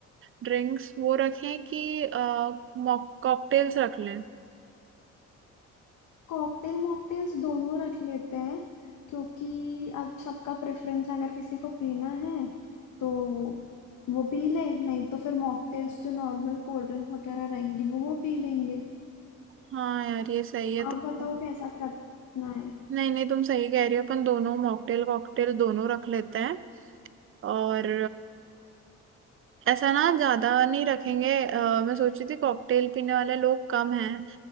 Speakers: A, on the right; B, on the left.
A: ड्रिंक्स वो रखें कि कॉकटेल्स रख लें
B: कॉकटेल मॉकटेल्स दोनों रख लेते हैं क्योंकि अब सबका प्रेफरेंस अगर किसी को पीना है तो वो पी ले नहीं तो फिर मॉकटेल्स जो नॉर्मल कोल्ड ड्रिंक्स वगैरह रहेंगी वो वो पी लेंगे
A: हाँ यार ये सही है
B: आप
A: तो
B: बताओ कैसा करना है
A: नहीं नहीं तुम सही कह रही हो अपन दोनों मॉकटेल कॉकटेल दोनों रख लेते हैं और ऐसा ना ज्यादा नहीं रखेंगे अ, मैं सोच रही थी कॉकटेल पीने वाले लोग कम हैं